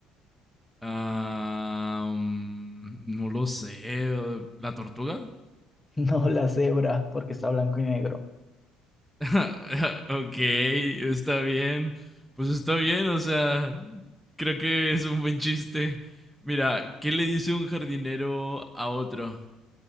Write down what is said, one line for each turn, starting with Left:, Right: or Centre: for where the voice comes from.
Centre: Ah, mm, no lo sé. ¿La tortuga?
Left: No, la cebra, porque está blanco y negro.
Centre: <laughs> Ok, está bien. Pues está bien, o sea, creo que es un buen chiste. Mira, ¿qué le dice un jardinero a otro?